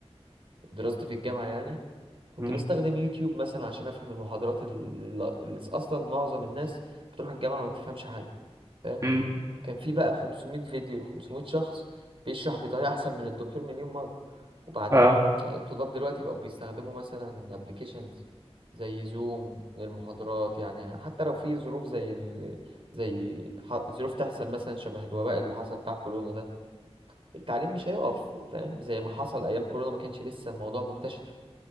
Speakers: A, on the right; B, on the right.
A: دراستي في الجامعه يعني كنت
B: مم.
A: بستخدم يوتيوب مثلا عشان افهم المحاضرات اللي اللي اصلا معظم الناس بتروح الجامعه ما تفهمش حاجه فاهم
B: مم.
A: كان في بقى 500 فيديو ل 500 شخص بيشرح بطريقة أحسن من الدكتور مليون مرة وبعدين
B: اه
A: الطلاب دلوقتي بقوا بيستخدموا مثلا ابلكيشنز زي زوم للمحاضرات يعني حتى لو في ظروف زي ال... زي ح- ظروف تحصل مثلا شبه الوباء اللي حصل بتاع كورونا ده التعليم مش هيقف فاهم زي ما حصل أيام كورونا ما كانش لسه الموضوع منتشر